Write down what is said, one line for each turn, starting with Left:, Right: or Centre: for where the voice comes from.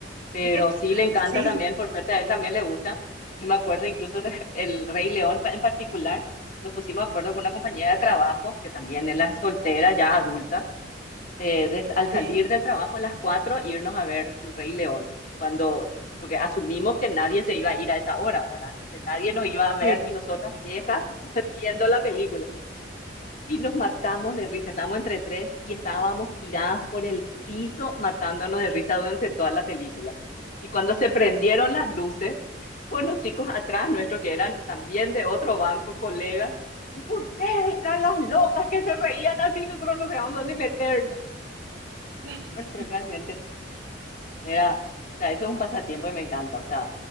Left: pero
Right: <laughs>
Left: sí le encanta
Right: Sí,
Left: también, por suerte a él también le gusta. Yo me acuerdo incluso de <laughs> El Rey León pa- en particular, nos pusimos de acuerdo con una compañera de trabajo, que también él es soltera, ya adulta eh, des- al salir
Right: sí,
Left: del trabajo a las 4 irnos a ver El Rey León, cuando, porque asumimos que nadie se iba a ir a esa hora, ¿verdad? Entonces, nadie nos iba a ver
Right: sí.
Left: y nosotras viejas <laughs> viendo la película. Y nos matamos de risa, estábamos entre tres y estábamos tiradas por el piso matándonos de risa durante toda la película. Y cuando se prendieron las luces, unos chicos atrás nuestro que eran también de otro banco, colegas, y, ustedes eran las locas que se reían así, nosotros no sabíamos dónde meternos.
Right: <laughs>
Left: <laughs> porque realmente era, o sea, eso es un pasatiempo que me encanta, o sea,